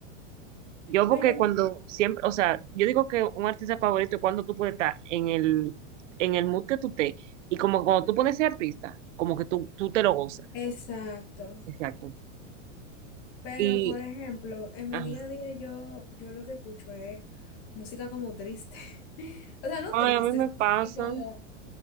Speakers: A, on the right; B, on the left.
A: Yo
B: no,
A: porque
B: yo, en
A: cuando
B: mi-
A: siempre, o sea, yo digo que un artista favorito es cuando tú puedes estar en el, en el mood que tú te, y como cuando tú pones ese artista, como que tú, tú te lo gozas.
B: exacto.
A: Exacto.
B: Pero
A: Y,
B: por ejemplo, en mi
A: ajá.
B: día a día yo, yo lo que escucho es música como triste. <laughs> O sea, no
A: Ay,
B: triste,
A: a mí me
B: es
A: pasa.
B: tipo